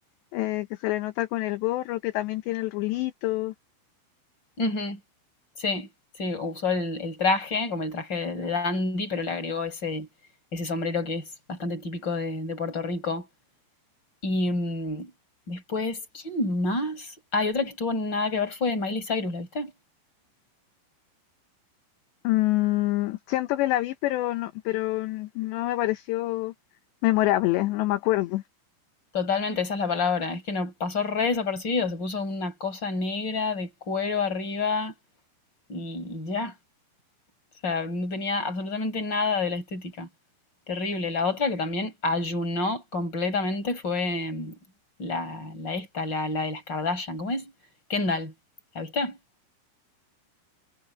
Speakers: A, on the left; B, on the left.
A: eh, que se le nota con el gorro, que también tiene el rulito.
B: Ujú. Sí, sí, usó el, el traje, como el traje de de dandy, pero le agregó ese, ese sombrero que es bastante típico de, de Puerto Rico. Y mm, después, ¿quién más? Hay otra que estuvo nada que ver fue Miley Cyrus, ¿la viste?
A: Mm, siento que la vi, pero no, pero no me pareció memorable, no me acuerdo.
B: Totalmente, esa es la palabra. Es que no pasó re desapercibido, se puso una cosa negra de cuero arriba y ya. O sea, no tenía absolutamente nada de la estética. Terrible. La otra que también ayunó completamente fue mm, la, la esta, la, la de las Kardashian. ¿Cómo es? Kendall. ¿La viste?